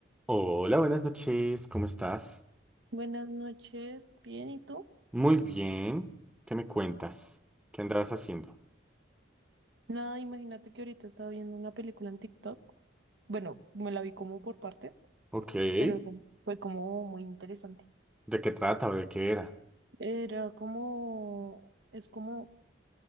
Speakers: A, in the centre; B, on the right.
A: Hola, buenas noches, ¿cómo estás?
B: Buenas noches, bien, ¿y tú?
A: Muy bien, ¿qué me cuentas? ¿Qué andabas haciendo?
B: Nada, imagínate que ahorita estaba viendo una película en TikTok. Bueno, me la vi como por partes,
A: Ok, ¿de
B: pero fue como muy interesante.
A: qué trata o de qué era?
B: Era como, es como